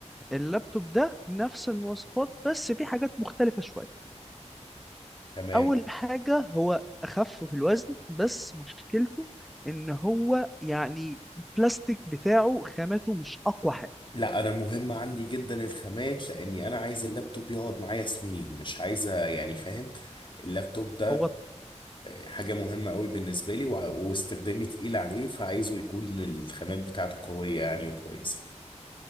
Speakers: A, in the centre; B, on the left (about 40°).
A: اللابتوب ده نفس المواصفات بس في حاجات مختلفة شوية
B: تمام
A: اول حاجه هو اخف في الوزن بس مشكلته ان هو يعني البلاستيك بتاعه خامته مش اقوى حاجه
B: لا انا مهم عندي جدا الخامات لاني انا عايز اللابتوب يقعد معايا سنين مش عايزه يعني فاهم اللابتوب
A: هو
B: حاجة مهمة قوي بالنسبة لي وع- واستخدامي تقيل عليه فعايزه يكون الخامات بتاعته قوية يعني وكويسة